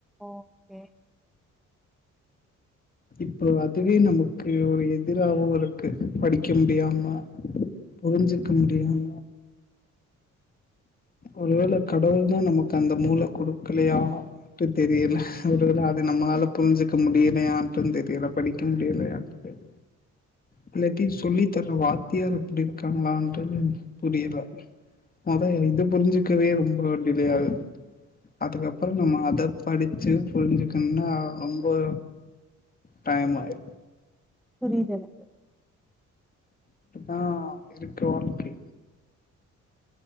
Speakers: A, in the centre; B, on the left.
A: ஓகே
B: இப்போ அதுவே நமக்கு ஒரு எதிராகவு இருக்கு படிக்க முடியாம புரிஞ்சுக்க முடியாம ஒருவேள கடவுள் தா நமக்கு அந்த மூள குடுக்கலையா ட்டு தெரியல ஒருவேள அது நம்மளால புரிஞ்சுக்க முடியலையான்டு தெரியல படிக்க முடியலையானு தெரி இல்லாட்டி சொல்லி தர்ற வாத்தியார் அப்டி இருக்காங்களன்றது புரியல மொத இது புரிஞ்சுக்கவே ரொம்ப டிலே ஆகுது அதுக்கப்றோம அத படிச்சு புரிஞ்சுக்கணும்னா ரொம்போ டைமாய்ரு
A: புரியுது எனக்கு
B: ஆ இருக்கு வாழ்க்கை